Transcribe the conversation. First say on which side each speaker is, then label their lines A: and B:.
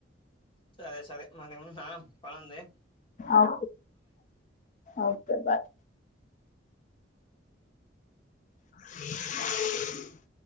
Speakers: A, on the left; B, on the left.
A: సరే సరే మరి ఉన్నా పని ఉంది
B: ఓకేే ఓకే బాయ్ <inaudible>